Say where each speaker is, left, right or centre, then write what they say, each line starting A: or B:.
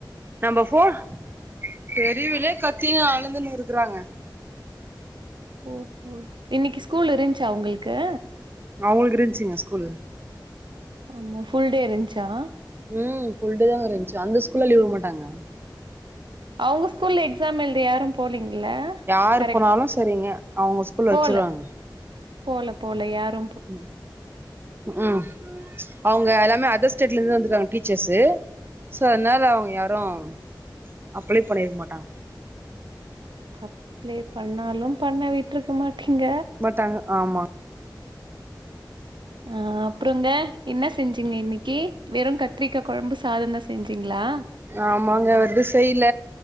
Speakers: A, on the right; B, on the right.
A: நம்ப போர் தெருவிலே கத்தினு அழுந்துன்னு இருக்குறாங்க
B: ஓஹோ இன்னைக்கு ஸ்கூல் இருந்துச்சா உங்ளுக்கு
A: அவங்களுக்கு இருந்துச்சிங்க ஃஸ்கூலு
B: ஆமா ஃபுல் டே இருந்துச்சா
A: ம் ஃபுல் டே தாங்க இருந்துச்சு அந்த ஸ்கூல்ல லீவு விட மாட்டாங்க
B: அவங்க ஸ்கூல்ல எக்ஸாம் எழுத யாரும் போலீங்கள
A: யாரு
B: கரெக்ட்
A: போனாலு சரிங்க அவங்க ஸ்கூல்ல
B: போல
A: வச்சிருவாங்க
B: போல போல யாரு
A: ம், ம் அவங்க எல்லாமே அதர் ஸ்டேட்ல இருந்து வந்திருக்காங்க டீச்சர்ஸ் சோ அதனால அவங்க யாரும் அப்ளை பண்ணி இருக்க மாட்டாங்க
B: அப்ளே பண்ணாலும் பண்ண விட்டுருக்க மாட்டிங்க
A: பட் அங்க ஆமா
B: அ அப்புறங்க என்ன செஞ்சீங்க இன்னிக்கு வெறும் கத்திரிக்கா கொழம்பு சாதந்தா செஞ்சிங்ளா
A: ஆமாங்க வேறெது செய்ல